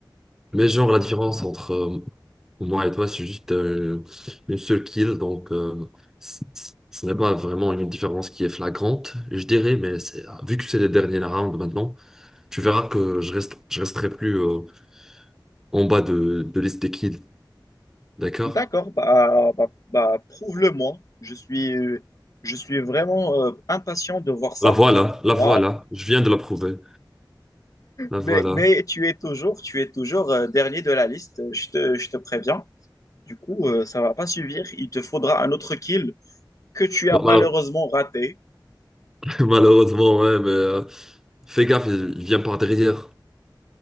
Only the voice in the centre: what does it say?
Mais genre, la différence entre euh, moi et toi, c'est juste euh, une seule kill. Donc, euh, c- c- ce n'est pas vraiment une différence qui est flagrante, je dirais. Mais c'est- ah, vu que c'est les derniers rounds maintenant, tu verras que je reste, je resterai plus euh, en bas de, de liste des kills. D'accord?
La voilà, la
voilà. Je viens de la prouver. La
voilà.
Bah,
malheure-
<laughs> malheureusement, ouais, mais euh, fais gaffe, il il vient par derrière.